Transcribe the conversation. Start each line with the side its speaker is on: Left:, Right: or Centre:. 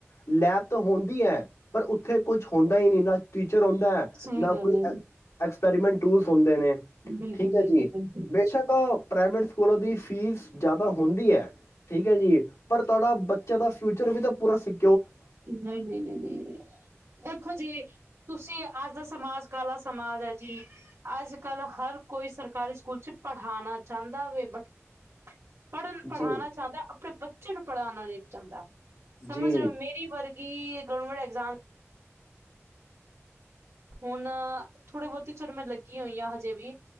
Left: ਲੈਬ ਤਾਂ ਹੁੰਦੀ ਹੈ ਪਰ ਉੱਥੇ ਕੁਛ ਹੁੰਦਾ ਹੀ ਨਹੀਂ ਨਾ ਟੀਚਰ ਹੁੰਦਾ ਹੈ
Right: ਸਹੀ
Left: ਨਾ
Right: ਗੱਲ
Left: ਕੋਈ
Right: ਹੈ
Left: ਐਕਪੈਰੀਮੈਂਟ ਟੂਲਸ ਹੁੰਦੇ ਨੇ
Right: ਬਿਲਕੁਲ-ਬਿਲਕੁਲ-ਬਿਲਕੁਲ
Left: ਠੀਕ ਹੈ ਜੀ ਬੇਸ਼ੱਕ ਪ੍ਰਾਈਵੇਟ ਸਕੂਲਾਂ ਦੀ ਫੀਸ ਜ਼ਿਆਦਾ ਹੁੰਦੀ ਹੈ ਠੀਕ ਹੈ ਜੀ ਪਰ ਤੁਹਾਡੇ ਬੱਚੇ ਦਾ ਫਿਊਚਰ ਵੀ ਤਾਂ ਪੂਰਾ ਸਿੱ
Right: ਨਹੀਂ ਨਹੀਂ ਨਹੀਂ ਨਹੀਂ ਦੇਖੋ ਜੀ ਤੁਸੀਂ ਅੱਜ ਦਾ ਸਮਾਜ ਕਾਲਾ ਸਮਾਜ ਹੈ ਜੀ ਅੱਜ ਕੱਲ ਹਰ ਕੋਈ ਸਰਕਾਰੀ ਸਕੂਲ ਚ ਪੜ੍ਹਾਣਾ ਚਾਹੁੰਦਾ ਵ ਬਟ ਪੜ੍ਹਨ ਪੜ੍ਹਾਣਾ
Left: ਜੀ
Right: ਚਾਹੁੰਦਾ ਆਪਣੇ ਬੱਚੇ ਚਿੜਪੜਾਉ ਨ ਜਾਂਦਾ <unintelligible> ਸਮਝ
Left: ਜੀ
Right: ਰਹੇ ਮੇਰੇ ਵਰ ਕੀ ਗਵਰਮੈਂਟ ਐਗਜ਼ਾਮ <unintelligible> ਹੁਣ ਥੋੜ੍ਹੇ ਬਹੁਤੀ ਚਲੋ ਮੈਂ ਲੱਗੀ ਹੋਈ ਹਾਂ ਹਜੇ ਵੀ